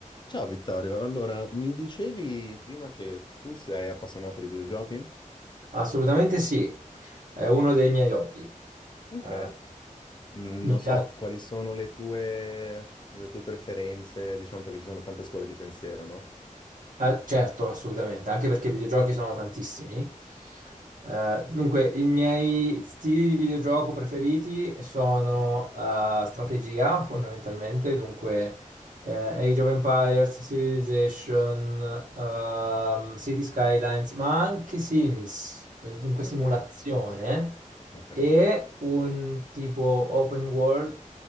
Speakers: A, on the left; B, on the right.
A: Ciao Vittorio, allora mi dicevi prima che tu sei appassionato di videogiochi?
B: Assolutamente sì, è uno dei miei hobby.
A: Ok,
B: Eh,
A: Mm,
B: mi
A: non
B: Eh, piace,
A: so quali sono le tue, le tue preferenze, diciamo perché ci sono tante scuole di pensiero, no?
B: Eh, certo, assolutamente, anche perché i videogiochi sono tantissimi. Eh, dunque, i miei stili di videogioco preferiti sono eh, strategia, fondamentalmente, dunque eh, Age of Empires, Civilization, ehm, City Skylines, ma anche Sims, eh, dunque
A: Ok,
B: simulazione,
A: ok.
B: e un tipo open world,